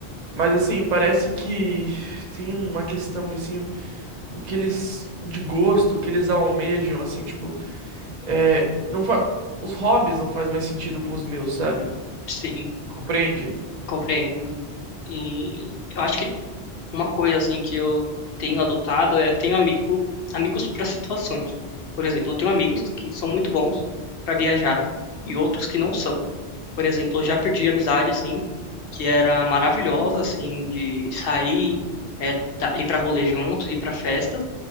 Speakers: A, on the right (about 45°); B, on the left (about 65°).
A: Mas assim, parece que tem uma questão de assim, o que eles. De gosto, o que eles almejam, assim, tipo. É, não fa... Os hobbies não fazem mais sentido com os meus, sabe?
B: sim,
A: Compreende?
B: compreendo. E eu acho que Uma coisa assim que eu tenho adotado é tenho amigo, amigos para situações. Por exemplo, eu tenho amigos que são muito bons para viajar e outros que não são. Por exemplo, eu já perdi amizade assim, que era maravilhosa assim de sair, é, da- ir para rolê juntos, ir para festas